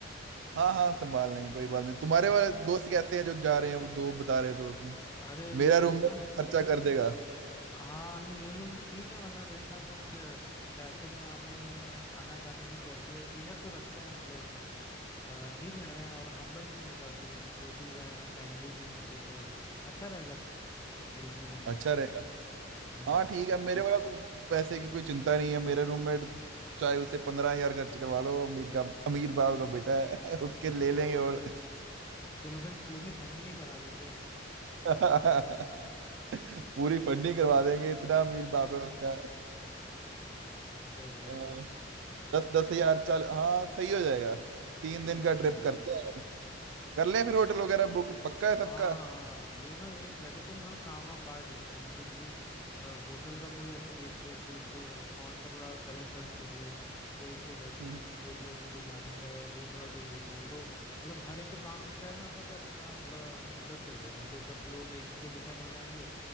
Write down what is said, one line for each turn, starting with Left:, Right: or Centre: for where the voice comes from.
Right: हाँ हाँ संभाल लेंगे कोई बात नहीं तुम्हारे वाले दोस्त कैसे हैं जो जा रहे हैं वो दो बता रहे थे तुम
Left: अरे वो
Right: मेरा
Left: भी
Right: रूममेट
Left: एकदम
Right: खर्चा कर देगा
Left: हाँ नहीं ये लोग भी ठीक है मतलब इतना कुछ पैसे के मामले में आनाकानी नहीं करते क्लियर तो रखते हैं मतलब अ, ठीक लग रहे हैं और हम्बल भी हैं काफी सपोर्टिव हैं फ्रेंडली भी हैं तो फिर अच्छा रहेगा ग्रुप में जाएंगे
Right: अच्छा
Left: तो
Right: रहेगा
Left: हम्म
Right: हाँ ठीक है मेरे वाला तो पैसे की कोई चिंता नहीं है मेरा रूममेट चाहे उसे पंद्रह हजार खर्च करवा लो अमीर का अमीर बाप का बेटा है <laughs> उसके ले लेंगे
Left: चलो
Right: और
Left: फिर <laughs> चलो फिर पूरी फंडिंग ही करा लेते हैं
Right: <laughs> पूरी फंडिंग करवा देंगे इतना अमीर बाप है उसका
Left: <laughs> सही बात
Right: अ,
Left: है
Right: दस दस हजार चल हाँ सही हो जाएगा तीन
Left: हम्म
Right: दिन का ट्रिप करते हैं कर ले फिर होटल वगैरह बुक पक्का है सबका
Left: हाँ हाँ ये ना ये लगे तो ना थोड़ा ताम वाम बांट लेते हैं जैसे कि अ, होटल का कोई ऐसा देख ले फिर कोई रेस्टोरेंट का थोड़ा पहले सर्च कर ले कोई फिर डेस्टिनेशन
Right: हम्म, हम्म,
Left: जो भी अपने को जाने का है वो थोड़ा कोई देख ले तो मतलब हर एक को काम मिल जाएगा ना अपना तो अपना थोड़ा शिद्दत से करेगा नहीं तो सब लोग एक पे डिपेंड हो जाएंगे